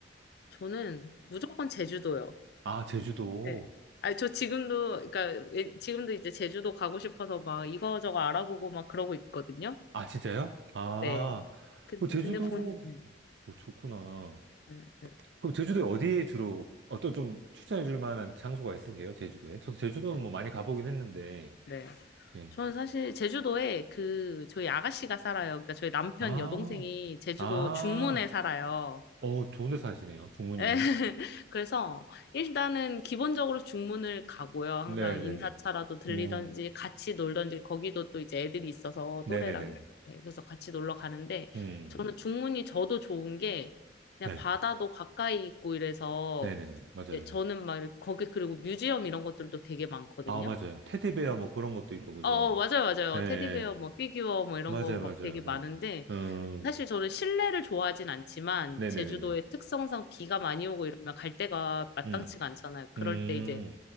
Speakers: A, on the left; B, on the right.
A: 저는 무조건 제주도요.
B: 아, 제주도.
A: 네. 어, 아니, 저 지금도, 그러니까, 왜- 지금도 이제 제주도 가고 싶어서 막 이거저거 알아보고 막 그러고 있거든요.
B: 아, 진짜요? 아,
A: 네. 근-
B: 그 제주도
A: 근데 본, 네.
B: 뭐 좋구나.
A: 네.
B: 그럼 제주도에 어디에 주로 어떤 좀 추천해 줄 만한 장소가 있으세요? 제주도에? 저도 제주도는
A: 네.
B: 뭐 많이 가보긴 했는데.
A: 네.
B: 예.
A: 저는 사실 제주도에 그, 저희 아가씨가 살아요. 그러니까 저희 남편
B: 아,
A: 여동생이 제주도
B: 아.
A: 중문에 살아요.
B: 어, 좋은 데 사시네요. 종무님은.
A: <laughs> 그래서 일단은 기본적으로 중문을 가고요. 항상
B: 네, 네,
A: 인사차라도
B: 네.
A: 들리던지
B: 음.
A: 같이 놀던지 거기도 또 이제 애들이 있어서
B: 네,
A: 또래랑
B: 네, 네.
A: 예, 그래서 같이 놀러 가는데
B: 음.
A: 저는 중문이 저도 좋은 게 그냥
B: 네.
A: 바다도 가까이 있고 이래서
B: 네네네. 맞아요.
A: 이제 저는 막 이렇게 거기 그리고 뮤지엄 이런 것들도 되게 많거든요.
B: 아, 맞아요. 테디베어
A: 네.
B: 뭐 그런 것도 있고, 그죠?
A: 어, 맞아요, 맞아요.
B: 예, 예.
A: 테디베어, 뭐, 피규어, 뭐, 이런
B: 맞아요,
A: 거 막
B: 맞아요.
A: 되게
B: 네.
A: 많은데,
B: 음,
A: 사실 저는 실내를 좋아하진 않지만,
B: 네네네네.
A: 제주도의 특성상 비가 많이 오고 이러면 갈 데가 마땅치가
B: 음,
A: 않잖아요. 그럴
B: 음,
A: 때 이제